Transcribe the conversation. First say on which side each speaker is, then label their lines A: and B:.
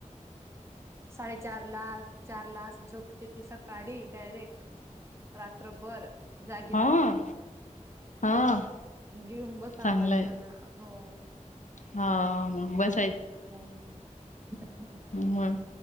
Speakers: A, on the right (about 20°); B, on the left (about 70°).
A: साडेचारला. चारला असं, झोपते ती सकाळी. डायरेक्ट. रात्रभर.. जागी
B: हा
A: राहते.
B: हा
A: घेऊन बसावं
B: चांगलंय
A: लागत ना. हो.
B: हा मग बस.
A: हं हं.
B: मग